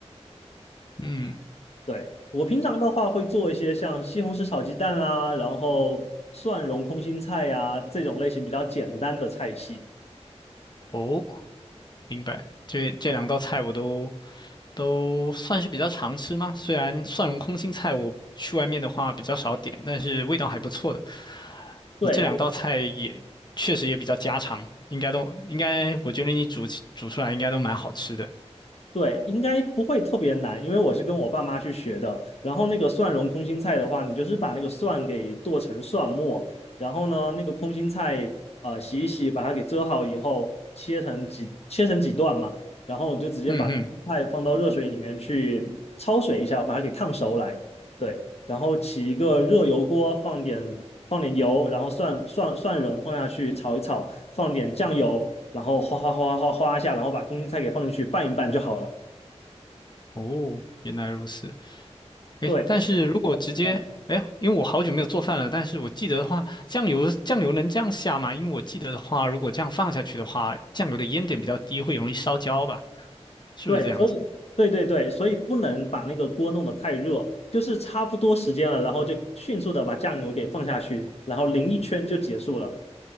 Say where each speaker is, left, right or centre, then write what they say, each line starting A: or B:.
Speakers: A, on the left; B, on the left.
A: 嗯，
B: 对，我平常的话会做一些像西红柿炒鸡蛋啦，然后蒜蓉空心菜呀、这种类型比较简单的菜系。
A: 哦，明白。这这两道菜我都都算是比较常吃嘛，虽然蒜蓉空心菜我去外面的话比较少点，但是味道还不错的。
B: 对，
A: 你这两道菜也确实也比较家常，
B: 我
A: 应该都应该，我觉得你煮起煮出来应该都蛮好吃的。
B: 对，应该不会特别难，因为我是跟我爸妈去学的。然后那个蒜蓉空心菜的话，你就是把那个蒜给剁成蒜末，然后呢，那个空心菜呃洗一洗，把它给遮好以后，切成几切成几段嘛，然后你就直接把菜放到热水里面去焯水一下，
A: 嗯嗯，
B: 把它给烫熟来。对，然后起一个热油锅，放点放点油，然后蒜蒜蒜蓉放下去炒一炒，放点酱油，然后哗哗哗哗哗哗一下，然后把空心菜给放进去拌一拌就好了。
A: 哦，原来如此。诶，
B: 对，
A: 但是如果直接，
B: 是的，
A: 哎，因为我好久没有做饭了，但是我记得的话，酱油酱油能这样下吗？因为我记得的话，如果这样放下去的话，酱油的烟点比较低，会容易烧焦吧？是不是这样子？
B: 对，所以，对对对，所以不能把那个锅弄得太热，就是差不多时间了，然后就迅速的把酱油给放下去，然后淋一圈就结束了。